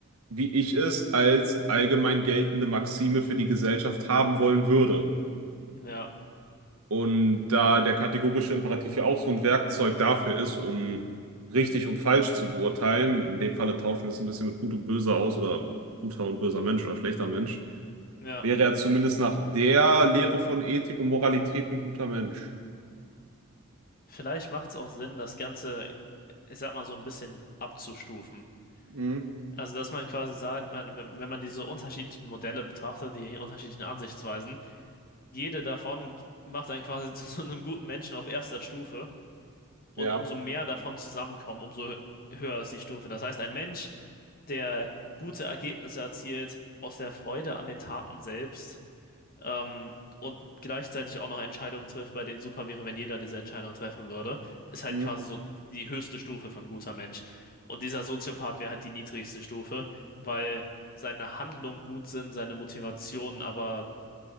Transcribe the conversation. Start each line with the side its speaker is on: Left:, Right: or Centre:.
Right: wie ich es als allgemein geltende Maxime für die Gesellschaft haben wollen würde.
Left: Ja,
Right: Und da der kategorische Imperativ ja auch so ein Werkzeug dafür ist, um richtig und falsch zu beurteilen, in dem Falle tauschen wir es ein bisschen mit gut und böse aus oder guter und böser Mensch oder schlechter Mensch,
Left: ja.
Right: wäre er zumindest nach der Lehre von Ethik und Moralität ein guter Mensch.
Left: Vielleicht macht es auch Sinn, das Ganze, ich sag mal, so ein bisschen abzustufen.
Right: Mhm.
Left: Also, dass man quasi sagt, man, wenn wenn man diese unterschiedlichen Modelle betrachtet, die unterschiedlichen Ansichtsweisen, jede davon macht einen quasi <laughs> zu so einem guten Menschen auf erster Stufe. Und
Right: Ja,
Left: umso mehr davon zusammenkommen, umso hö- höher ist die Stufe. Das heißt, ein Mensch, der gute Ergebnisse erzielt, aus der Freude an den Taten selbst, ähm, und gleichzeitig auch noch Entscheidungen trifft, bei denen super wäre, wenn jeder diese Entscheidung treffen würde, ist halt
Right: Mhm.
Left: quasi so die höchste Stufe von guter Mensch. Und dieser Soziopath wäre halt die niedrigste Stufe, weil seine Handlungen gut sind, seine Motivationen aber